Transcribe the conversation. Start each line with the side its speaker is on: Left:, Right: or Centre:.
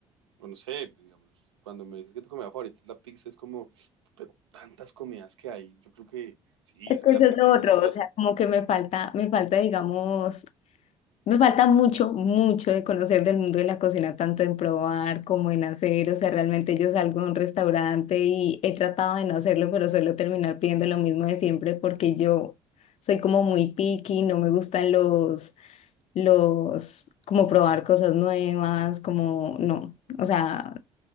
Right: O no sé, digamos, cuando me dices que tu comida favorita es la pizza, es como, pero tantas comidas que hay. Yo creo que, sí,
Left: Es
Right: yo sé
Left: que
Right: que
Left: eso
Right: la
Left: es
Right: pizza
Left: lo
Right: es
Left: otro,
Right: deliciosa.
Left: o sea, como que me falta, me falta, digamos, Me falta mucho, mucho de conocer del mundo de la cocina, tanto en probar como en hacer. O sea, realmente yo salgo a un restaurante y he tratado de no hacerlo, pero suelo terminar pidiendo lo mismo de siempre porque yo soy como muy picky, no me gustan los, los, como probar cosas nuevas, como no. O sea,